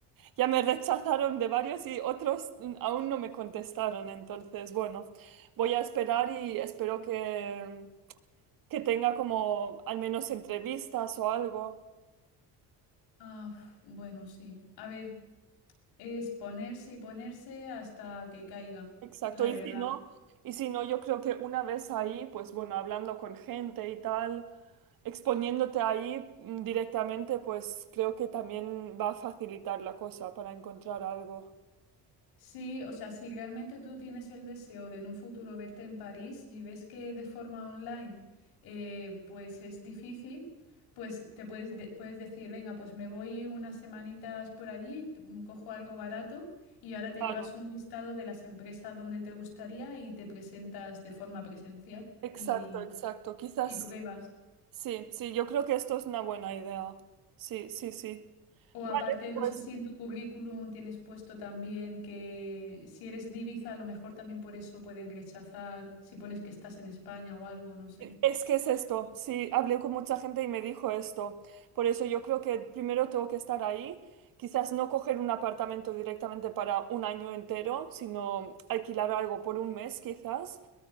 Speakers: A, on the right; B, on the left.
A: ya me rechazaron de varios y otros mm, aún no me contestaron. Entonces, bueno, voy a esperar y espero que, que tenga como al menos entrevistas o algo.
B: Ah, uf, bueno, sí. A ver, es ponerse y ponerse hasta que caiga,
A: Exacto,
B: la
A: y
B: verdad.
A: si no, y si no, yo creo que una vez ahí, pues bueno, hablando con gente y tal, exponiéndote ahí mm, directamente, pues creo que también va a facilitar la cosa para encontrar algo.
B: Sí, o sea, si realmente tú tienes el deseo de en un futuro verte en París y ves que de forma online eh, pues es difícil, pues te puedes, de- puedes decir, venga, pues me voy unas semanitas por allí, t- mm, cojo algo barato y ahora te
A: Claro,
B: llevas un listado de las empresas donde te gustaría y te presentas de forma presencial
A: exacto,
B: y,
A: exacto. Quizás,
B: y pruebas.
A: sí, sí, yo creo que esto es una buena idea. Sí, sí, sí.
B: O
A: Vale,
B: aparte,
A: pues
B: no sé si en tu currículum tienes puesto también que si eres divisa a lo mejor también por eso pueden rechazar, si pones que estás en España o algo, no sé.
A: Es que es esto, sí, hablé con mucha gente y me dijo esto. Por eso yo creo que primero tengo que estar ahí, quizás no coger un apartamento directamente para un año entero, sino alquilar algo por un mes quizás